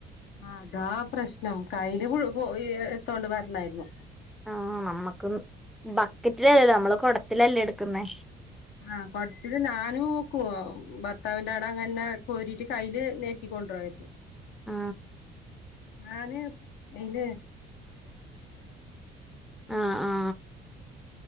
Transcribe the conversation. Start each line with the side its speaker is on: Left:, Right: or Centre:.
Left: ആ അതാ പ്രശ്നം കയ്യില് <unintelligible> എടുത്തോണ്ട് വരണായിരുന്നു
Centre: ആ നമ്മുക്ക് ബക്കറ്റിലല്ലല്ലോ നമ്മള് കുടത്തിലല്ലേ എടുക്കുന്നേ
Left: ആ കുടത്തില് ഞാനും നോക്കുവ ഭർത്താവിന്റെ അട അങ്ങനന്നെ കോരിട്ട് കയ്യില് നേറ്റിക്കൊണ്ടായിരുന്നു
Centre: ആ
Left: ഞാന് അയിന്
Centre: ആ ആ ആ